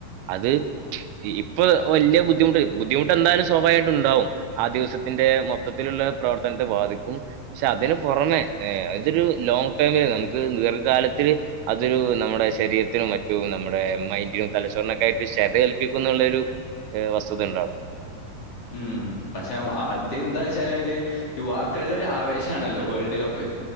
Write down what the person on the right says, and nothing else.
അത് ഈ ഇപ്പൊ വല്ല്യ ബുദ്ധിമുട്ടരും ബുദ്ധിമുട്ടെന്തായാലും സ്വാഭാവികായിട്ടുണ്ടാവും ആ ദിവസത് ത്തിന്റെ മൊത്തത്തില്ള്ള പ്രവർത്തനത്തെ ബാധിക്കും ക്ഷെ അതിന് പൊറമേ ഏഹ് ഇതൊരു ലോങ്ങ് ടേമില് നമുക്ക് ദീർഘകാലത്തില് അതൊരു നമ്മുടെ ശരീരത്തിനും മറ്റു നമ്മുടെ മൈൻഡിനും തലച്ചോറിനൊക്കേയിട്ട് ക്ഷതേൽപ്പിക്കുന്നുള്ളൊരു ഏ വസ്തുത ഇണ്ടവടെ